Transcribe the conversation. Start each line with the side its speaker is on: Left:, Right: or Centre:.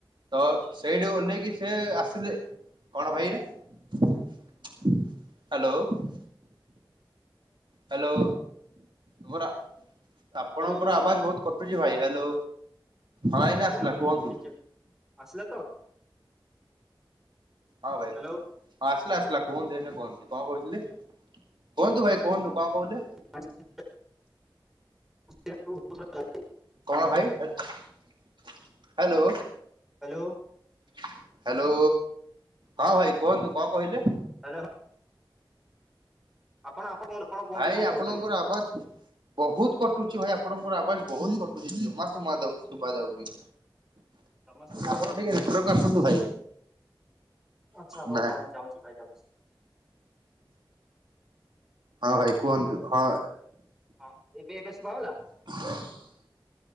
Right: ତ ସେଇଠି ଓହ୍ଲେଇକି ସେ ଆସିଲେ କଣ ଭାଇ ନା? ହ୍ୟାଲୋ। ହ୍ୟାଲୋ ତମର ଆପଣଙ୍କର
Centre: ହ୍ୟାଲୋ
Right: ଆବାଜ ବହୁତ କଟୁଛି ଭାଇ ହ୍ୟାଲୋ। ହଁ
Centre: ରୁହନ୍ତୁ
Right: ଏଇନା ଆସିଲା
Centre: ରୁହନ୍ତୁ
Right: କୁହନ୍ତୁ।
Centre: ଟିକେ ଆସିଲା ତ।
Right: ହଁ ଭାଇ
Centre: ହ୍ୟାଲୋ
Right: ଆସିଲା ଆସିଲା କୁହନ୍ତୁ ଏଇନେ କୁହନ୍ତୁ। କଣ କହୁଥିଲେ କୁହନ୍ତୁ ଭାଇ କୁହନ୍ତୁ କଣ କହୁଥିଲେ?
Centre: ଆଛା। ଲାଗ <inaudible>
Right: କଣ ଭାଇ ହ୍ୟାଲୋ।
Centre: ହ୍ୟାଲୋ।
Right: ହ୍ୟାଲୋ ହଁ ଭାଇ କୁହନ୍ତୁ, କଣ କହିଲେ?
Centre: ହ୍ୟାଲୋ। ଆପଣ ଆପଣ ଆପଣ କୁହନ୍ତୁ
Right: ଭାଇ
Centre: କଣ
Right: ଆପଣଙ୍କର
Centre: କହୁଥିଲେ?
Right: ଆବାଜ ବହୁତ କଟୁଛି ଭାଇ ଆପଣଙ୍କର ଆବାଜ ବହୁତ କଟୁଛି, ଜମା ସୁମା ଶୁଭା ଯାଉନି।
Centre: ଜମା ଶୁଭା
Right: ଆପଣ
Centre: ଯାଉନି,
Right: ଟିକେ ନେଟୱାର୍କକୁ ଆସନ୍ତୁ
Centre: ଆଛା
Right: ଭାଇ
Centre: ଆଛା ହଉ
Right: ନା
Centre: ଯାଉଛି ଯାଉଛି ଭାଇ ଯାଉଛି।
Right: ହଁ ଭାଇ କୁହନ୍ତୁ ହଁ।
Centre: ହଁ ଏବେ ଏବେ ଶୁଭାଗଲା?
Right: ହ <inaudible>